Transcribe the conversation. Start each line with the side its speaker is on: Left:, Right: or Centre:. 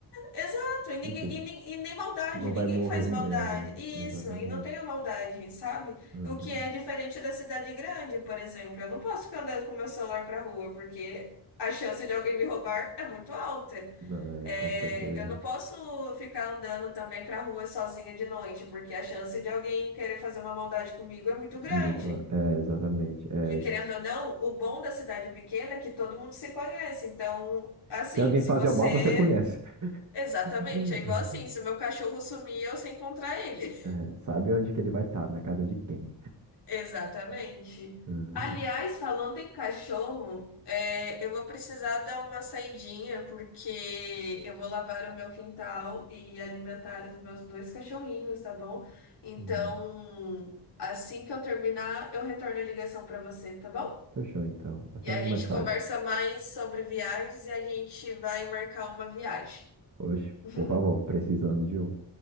Left: Exato, e, ninguém,
Right: enfim,
Left: e, nin- e nem maldade,
Right: não
Left: ninguém
Right: vai morrer,
Left: faz maldade.
Right: é, exa-
Left: Isso,
Right: exatamente.
Left: e não tem a maldade, sabe?
Right: Aham.
Left: O que é diferente da cidade grande, por exemplo. Eu não posso ficar andando com meu celular pra rua, porque a chance de alguém me roubar é muito alta.
Right: Não, é,
Left: É,
Right: com certeza.
Left: eu não posso ficar andando também pra rua sozinha de noite, porque a chance de alguém querer fazer uma maldade comigo é muito grande.
Right: É Muito, é, exatamente. É,
Left: E
Right: esses-
Left: querendo ou não, o bom da cidade pequena é que todo mundo se conhece. Então, assim,
Right: Se alguém
Left: se
Right: fazer
Left: você.
Right: o mal, você conhece.
Left: Exatamente,
Right: <laughs>
Left: é igual assim: se o meu cachorro sumir, eu sei encontrar ele.
Right: É, sabe onde que ele vai estar, na casa de quem.
Left: Exatamente.
Right: Uhum.
Left: Aliás, falando em cachorro, é, eu vou precisar dar uma saidinha porque eu vou lavar o meu quintal e alimentar os meus dois cachorrinhos, tá bom? Então,
Right: Uhum.
Left: assim que eu terminar, eu retorno a ligação para você, tá bom?
Right: Fechou, então. Até
Left: E a
Right: mais
Left: gente
Right: tarde.
Left: conversa mais sobre viagens e a gente vai marcar uma viagem.
Right: Hoje,
Left: <laughs>
Right: por favor, precisando de um.